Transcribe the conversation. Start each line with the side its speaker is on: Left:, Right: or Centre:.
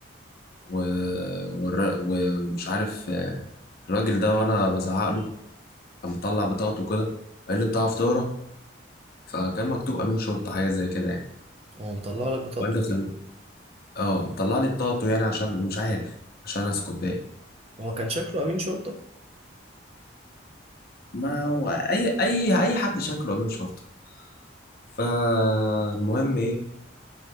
Left: و... والر... ومش عارف الراجل ده وانا بزعق له كان مطلع بطاقته كده قال لي بتاع فطاره فكان مكتوب امين شرطه حاجه زي كده يعني
Right: هو مطلع لك بطاقته
Left: وقال لي خل-
Right: ليه
Left: اه طلع لي بطاقته يعني عشان مش عارف عشان اسكت باقي
Right: هو كان شكله امين شرطة
Left: فما هو اي اي اي حد شكله امين شرطه فالمهم ايه